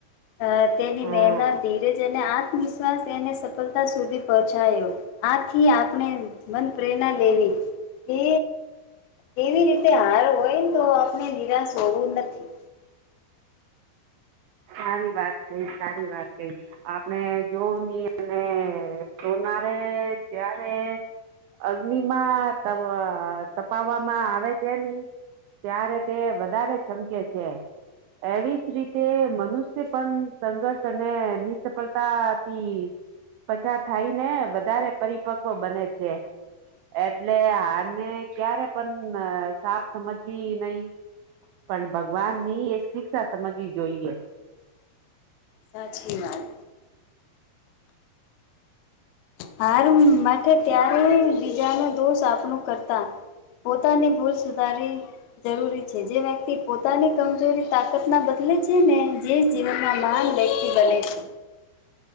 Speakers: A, on the left; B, on the right.
A: અ તેની
B: હા.
A: મહેનત ધીરેજ અને આત્મવિશ્વાસ એને સફળતા સુધી પહોંચાયો આથી આપણે મન પ્રેરણા લેવી કે કેવી રીતે હાર હોય ને તો આપણે નિરાશ હોવું નથી
B: સારી વાત કઈ સારી વાત કઈ આપણે જોવું નહી અને સોનારે જ્યારે અગ્નિમાં તપાવવામાં આવે છે નહી ત્યારે તે વધારે ચમકે છે એવીજ રીતે મ મનુષ્ય પણ સંઘર્ષ અને નિસફળતાથી પછાત થાય ને વધારે પરિપક્વ બને છે એટલે હાર ને ક્યારે પણ સાફ સમજવી નહી પણ ભગવાન ની એક શિક્ષા સમજવી જોઈએ
A: સાચી વાત હાર માટે ત્યારેય બીજાનો દોષ આપણ કરતા પોતાની ભૂલ સુધારી જરૂરી છે જે વ્યક્તિ પોતાની કમજોરી તાકાત ના બદલે છે ને જે જીવનમાં મહાન વ્યક્તિ બને છે